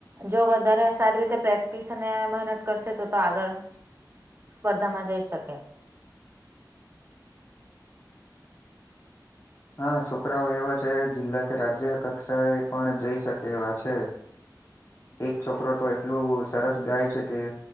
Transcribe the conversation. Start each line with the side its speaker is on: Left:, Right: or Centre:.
Right: જો વધારે સારી રીતે પ્રેક્ટિસ અને મહેનત કરશે તો તો આગળ સ્પર્ધામાં જઈ શકે.
Left: હા છોકરાઓ એવા છે જિલ્લા કે રાજ્ય કક્ષાએ પણ જઈ શકે એવા છે. એક છોકરો તો એટલું સરસ ગાય છે કે